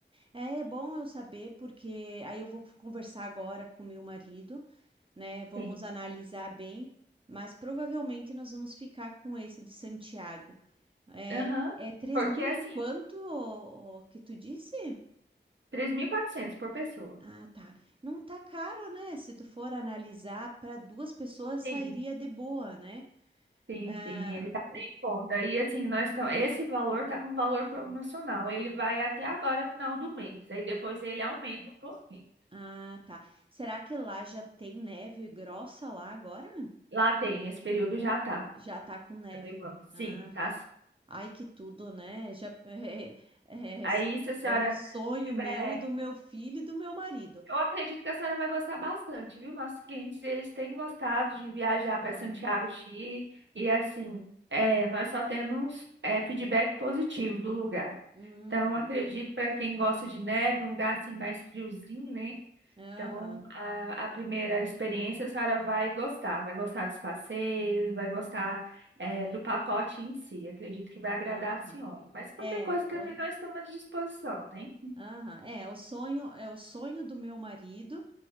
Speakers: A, on the right; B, on the right.
A: É, é bom eu saber, porque aí eu vou conversar agora com meu marido, né? Vamos
B: sim.
A: analisar bem, mas provavelmente nós vamos ficar com esse de Santiago. É,
B: Aham,
A: é 3
B: porque
A: mil
B: assim,
A: e quanto ô, ô, que tu disse?
B: 3.400 por pessoa.
A: Ah, tá. Não tá caro, né? Se tu for analisar, para duas pessoas sairia
B: Sim.
A: de boa, né?
B: Sim,
A: Ah,
B: sim, ele tá
A: o-
B: sem conta. E assim, nós estamos. Esse valor tá com valor promocional. Ele vai até agora, final do mês. Aí depois ele aumenta um pouquinho.
A: ah, tá. Será que lá já tem neve grossa lá agora?
B: Lá tem, esse período já tá.
A: Já tá com neve.
B: Tá levando. Sim,
A: Aham.
B: tá.
A: Ai, que tudo, né? Já <laughs> é, é, é-
B: Aí,
A: assim,
B: se a senhora
A: é um sonho
B: tiver.
A: meu e do meu filho e do meu marido.
B: Eu acredito que a senhora vai gostar bastante, viu? Nossos clientes, eles têm gostado de viajar
A: Aham,
B: para Santiago, Chile. E assim, é, nós só temos é, feedback positivo do lugar.
A: uhum,
B: Então, acredito para quem gosta de neve, um lugar assim mais friozinho, né?
A: aham,
B: Então, a, a primeira experiência a senhora vai gostar, vai gostar dos passeios, vai gostar eh,
A: é,
B: do pacote em si. Acredito que vai agradar
A: aham.
B: a senhora. Mas qualquer
A: É,
B: coisa também
A: o,
B: nós estamos à disposição, né?
A: aham, é, o sonho, é o sonho do meu marido.